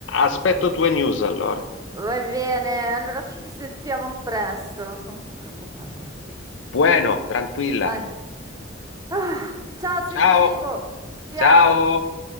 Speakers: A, on the left (about 75°); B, on the right (about 20°).
A: Aspetto
B: Beh, magari-
A: tue news allora.
B: Va bene, allora ci sentiamo presto. Sono un po' preoccupata.
A: Bueno, tranquilla.
B: Vai. Ah, ciao Simo
A: Ciao,
B: Simo, ciao.
A: ciao.